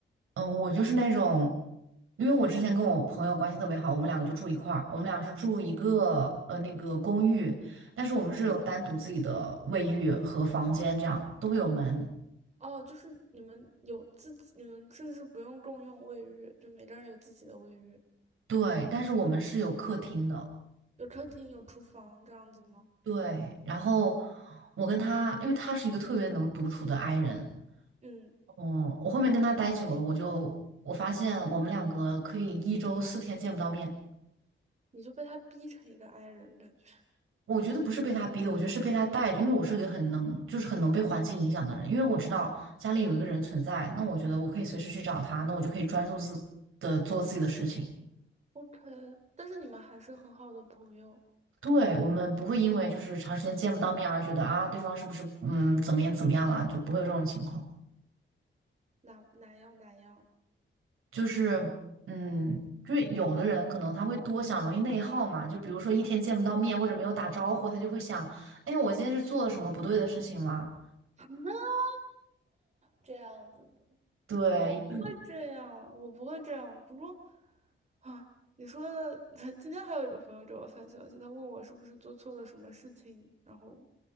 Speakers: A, on the right; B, on the right.
A: 呃我就是那种，因为我之前跟我朋友关系特别好，我们两个就住一块儿，我们俩是住一个呃那个公寓，但是我们是有单独自己的卫浴和房间，这样都会有门，
B: 哦，就是你们有自己，你们甚至不用共用卫浴，就每个人有自己的卫浴，
A: 对，但是我们是有客厅的，
B: 有客厅，有厨房这样子吗？
A: 对，然后我跟他，因为他是一个特别能独处的 i 人，
B: 嗯，
A: 嗯，我后面跟他待久了，我就我发现我们两个可以一周四天见不到面。
B: 你就被他逼成一个 i 人感觉。
A: 我觉得不是被他逼的，我觉得是被他带着，因为我是一个很能，就是很能被环境影响的人，因为我知道家里有一个人存在，那我觉得我可以随时去找他，那我就可以专注自的做自己的事情。
B: OK，但是你们还是很好的朋友，
A: 对，我们不会因为就是长时间见不到面而觉得啊，对方是不是嗯怎么样怎么样了，就不会有这种情况。
B: 哪哪样哪样。
A: 就是嗯，就是有的人可能他会多想，容易内耗嘛，就比如说一天见不到面或者没有打招呼，他就会想，哎呀，我今天是做了什么不对的事情吗？
B: <laughs> 这样子的。
A: 对。
B: 我不会这样，
A: <laughs>
B: 我不会这样。不过啊，你说的，<laughs> 今天还有一个朋友给我发消息，他问我是不是做错了什么事情，然后